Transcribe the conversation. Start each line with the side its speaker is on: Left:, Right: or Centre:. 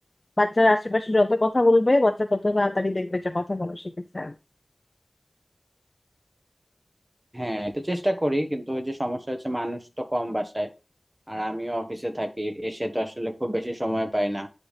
Left: বাচ্চার আশেপাশে যত কথা বলবে বাচ্চা তত তাড়াতাড়ি দেখবে যে কথা বলা শিখেছে
Right: হ্যাঁ এটা চেষ্টা করি কিন্তু ওই যে সমস্যা হচ্ছে মানুষ তো কম বাসায় আর আমিও অফিসে থাকি এসে তো আসলে খুব বেশি সময় পাই না